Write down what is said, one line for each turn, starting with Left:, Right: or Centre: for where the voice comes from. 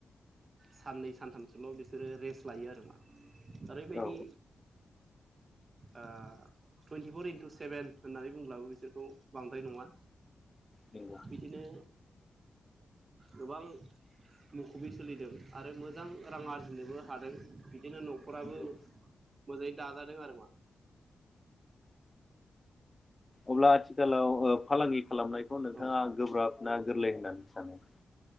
Right: साननै सानथामसोल बिसोरो रेस्ट लायो आरो मा। ओरैबायदि
Left: औ
Right: ओ टुइन्टिफर इन्टु सेभेन होननानै बुंब्लाबो बिसोरखौ बांद्राय नङा।
Left: नंगौ
Right: बिदिनो। गोबां मुखुबि सोलिदों आरो मोजां रां आरजिनोबो हादों बिदिनो न राबो
Left: नंगौ
Right: मोजाङै दाजादों आरो मा
Left: अब्ला आथिखालाव ओ फालांगि खालामनायखौ नोंथाङा
Right: औ
Left: गोब्राब ना गोरलै होननानै सानो।